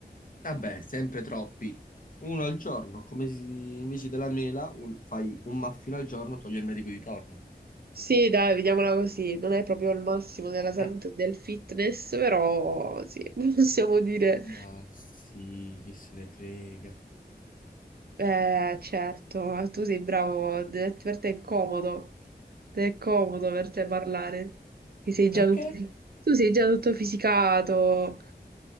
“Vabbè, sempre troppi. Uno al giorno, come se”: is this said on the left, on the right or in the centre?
Left